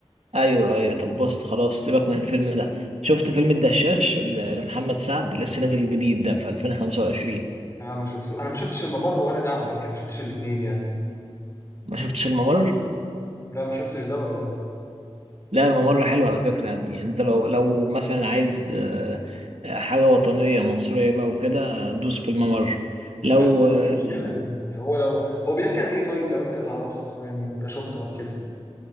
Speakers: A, on the right (about 80°); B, on the left (about 25°).
A: ايوه ايوه طب بص خلاص سيبك من الفيلم ده شفت فيلم الدشاش ل- لمحمد سعد لسه نازل جديد ده في 2025
B: انا ما شفته انا ما شفتش الممر ولا ده على فكره ما شفتش الاثنين يعني
A: ما شفتش الممر
B: لا ما شفتش ده ولا ده
A: لا الممر حلو على فكرة يعني انت لو لو مثلا عايز آه، آه، حاجة وطنية مصرية بقى وكده آه، دوس في الممر لو
B: ماشي
A: آه،
B: مفيش مشكله يعني هو لو هو بيحكي عن ايه طيب لو انت تعرف يعني انت شفته او كده